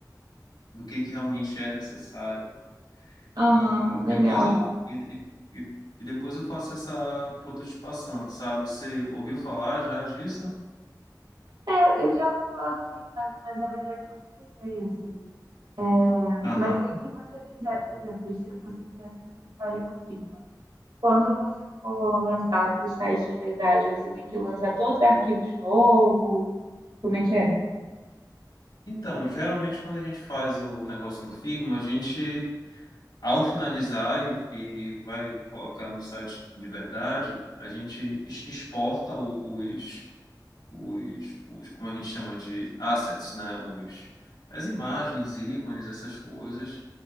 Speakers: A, on the left; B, on the right.
A: do que, que realmente é necessário.
B: Aham,
A: E
B: legal.
A: depois eu, e, e, e e depois eu faço essa prototipação, sabe? Você ouviu falar já disso?
B: É, eu já ouvi falar do Figma, mas, na verdade eu nunca usei, assim. né?
A: Aham.
B: Mas aí se você fizer, por exemplo, se você fizesse prototipagem no Figma, quando você for lançar para o site de verdade, você tem que lançar todos os arquivos de novo? Como é que é?
A: Então, geralmente quando a gente faz o negócio no Figma, a gente, ao finalizar e, e vai colocar no site de verdade, a gente ex- exporta o- os, os, os, como a gente chama de assets, né? Os, as imagens, ícones, essas coisas,